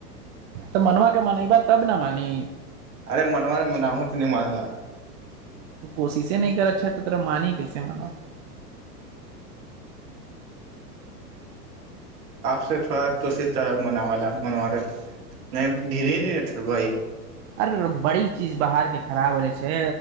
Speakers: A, on the right; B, on the right.
A: तऽ मनुआ के मनेैब'तब ने मान नि
B: अरे मनबा तमेनाहू त' नहि मानेला
A: तू कोशिशे नहि करऽ छा तऽ तोरा माने कैसे मनवा
B: आपसे थोड़ा तुसी तर' मनाबेला मनवा नहि धीरे धीरे छोड़बइ
A: अर बड़ी चीज बाहर के खराब होले छै